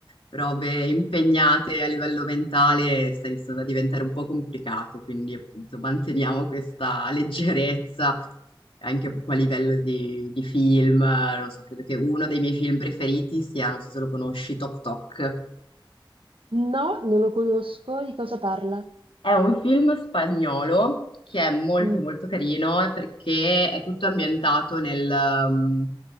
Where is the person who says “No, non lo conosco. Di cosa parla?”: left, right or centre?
Right